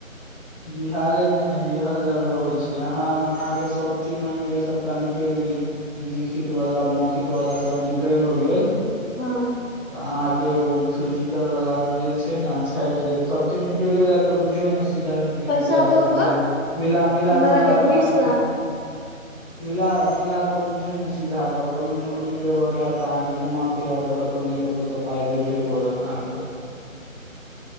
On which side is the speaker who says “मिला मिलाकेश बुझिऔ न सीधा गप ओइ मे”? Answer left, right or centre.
Right